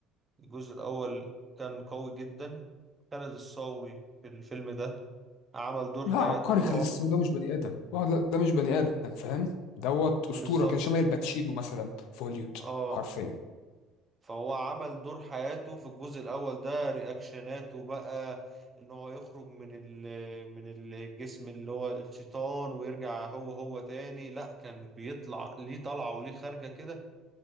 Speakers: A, on the right; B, on the left.
A: الجزء الاول كان قوي جدا خالد الصاوي في الفيلم ده عمل دور حياته
B: لا عبقري
A: دور
B: خالص
A: عمره
B: ده مش بني ادم اه لا ده مش بني ادم فاهم دوت اسطوره
A: بالظبط
B: كان شبه الباتشينو مثلا في هوليوود
A: اه
B: حرفيا
A: فهو عمل دور حياته في الجزء الأول ده رياكشناته بقى إن هو يخرج من ال من الجسم اللي هو الشيطان ويرجع هو هو تاني لأ كان بيطلع ليه طلعة وليه خارجة كده